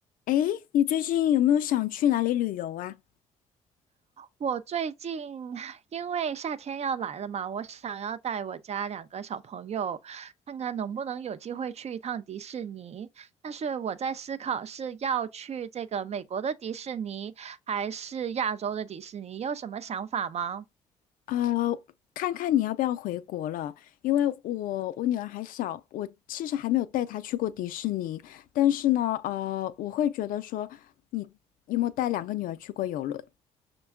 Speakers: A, on the left; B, on the right.
A: 诶，你最近有没有想去哪里旅游啊？
B: 我最近因为夏天要来了嘛，我想要带我家两个小朋友，看看能不能有机会去一趟迪士尼。但是我在思考是要去这个美国的迪士尼，还是亚洲的迪士尼，你有什么想法吗？
A: 呃，看看你要不要回国了，因为我我女儿还小，我其实还没有带她去过迪士尼，但是呢，呃，我会觉得说，你有没有带两个女儿去过游轮？